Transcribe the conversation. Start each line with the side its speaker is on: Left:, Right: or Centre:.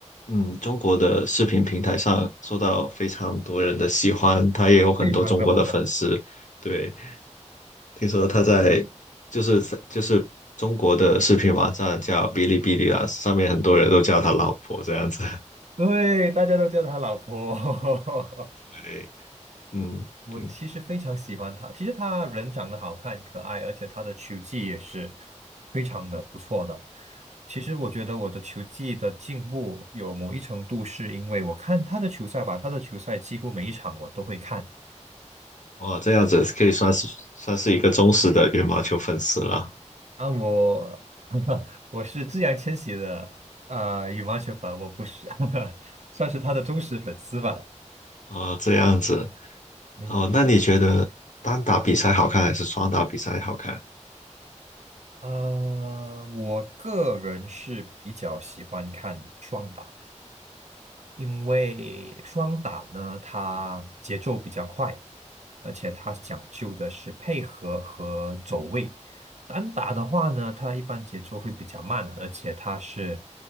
Left: 嗯中国的视频平台上受到非常多人的喜欢，他也有很多中国的粉丝。
Right: 非常的火，
Left: 对，听说他在就是就是中国的视频网站叫哔哩哔哩啊，上面很多人都叫他老婆这样子。
Right: 对，大家都叫他老婆。<laughs>
Left: 对，嗯，
Right: 我其实非常喜欢他，
Left: 对，
Right: 其实他人长得好看、可爱，而且他的球技也是非常的不错的。其实我觉得我的球技的进步有某一程度是因为我看他的球赛吧，他的球赛几乎每一场我都会看。
Left: 哇，这样子可以算是算是一个忠实的羽毛球粉丝了
Right: 啊，我 <laughs> 我是自然千玺的啊、呃羽毛球粉，我不是，<laughs> 算是他的忠实粉丝吧。
Left: 啊，这样子。
Right: 嗯，
Left: 哦，
Right: 是的。
Left: 那你觉得单打比赛好看还是双打比赛好看？
Right: 呃，我个人是比较喜欢看双打，因为双打呢，它节奏比较快，而且它讲究的是配合和走位。单打的话呢，它一般节奏会比较慢，而且它是